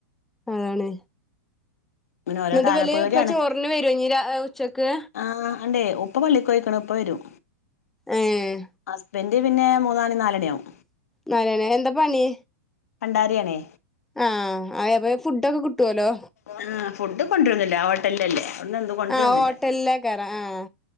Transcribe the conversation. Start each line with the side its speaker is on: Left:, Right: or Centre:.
Centre: അതാണേ.
Left: ഇങ്ങനെ ഓരോ
Centre: എന്നിട്ട്
Left: കാലം
Centre: വല്ല്യേ
Left: പേടിയാണ്
Centre: ഇപ്പ ചോറിന് വര്വോ ഇഞ്ഞി രാ ഉച്ചക്ക്.
Left: ആഹ് അണ്ടേ ഉപ്പ പള്ളിക്കൊയിക്കണ്. ഉപ്പ വരും
Centre: ഏഹ്
Left: ഹസ്ബൻഡറ് പിന്നെ മൂന്നാ നാല് നാലണീ ആവും
Centre: നാലണ്യോ എന്താ പണി?
Left: പണ്ഡാരിയാണേ.
Centre: ആഹ് അയ പയ ഫുഡൊക്കെ കിട്ടുവല്ലോ.
Left: ആഹ് ഫുഡ് കൊണ്ട് രൊന്നില്ല ഹോട്ടലിലല്ലേ? അതുകൊണ്ട് ഒന്നും കൊണ്ട്
Centre: ആഹ്
Left: രൊന്നുല്ല.
Centre: ഹോട്ടലിലേക്കാരം ആഹ്